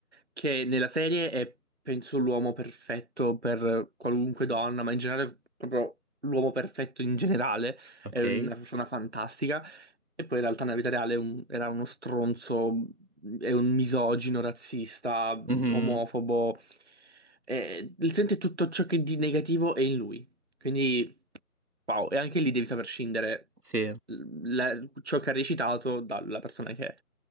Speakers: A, on the right; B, on the right.
A: che nella serie è, penso, l'uomo perfetto per qualunque donna, ma in generale proprio l'uomo perfetto in generale,
B: Ok.
A: è una persona fantastica, e poi in realtà nella vita reale è un- era uno stronzo, è un misogino, razzista,
B: Mhm.
A: omofobo, e sente tutto ciò che di negativo è in lui. Quindi, wow, e anche lì devi saper scindere
B: Sì,
A: l- la- ciò che ha recitato dalla persona che è.